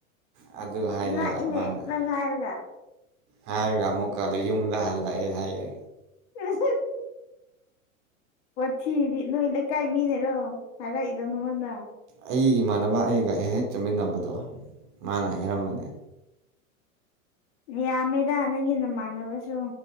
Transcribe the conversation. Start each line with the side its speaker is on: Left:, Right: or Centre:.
Right: ꯑꯗꯨ ꯍꯥꯏꯌꯦ
Left: ꯉꯥꯛꯏꯅꯦ
Right: ꯃꯥꯅ
Left: ꯅꯪ ꯍꯥꯏꯔꯒ
Right: ꯍꯥꯏꯔꯒ ꯑꯃꯨꯛꯀꯗ ꯌꯨꯝꯗ ꯍꯜꯂꯛꯑꯦ ꯍꯥꯏꯌꯦ
Left: <unintelligible> ꯋꯥꯊꯤꯗꯤ ꯅꯣꯏ ꯂꯩꯀꯥꯏ ꯃꯤꯅꯦꯔꯣ ꯍꯥꯏꯔꯛꯏꯗꯣ ꯅꯉꯣꯟꯗ꯫
Right: ꯑꯩ ꯏꯃꯥꯟꯅꯕ ꯑꯩꯒ ꯍꯦꯛ ꯍꯦꯛ ꯆꯠꯃꯤꯟꯅꯕꯗꯣ ꯃꯥꯅ ꯍꯥꯏꯔꯝꯕꯅꯦ꯫
Left: ꯌꯥꯝꯃꯦꯗ ꯅꯪꯒꯤ ꯅꯃꯥꯟꯅꯕꯁꯨ꯫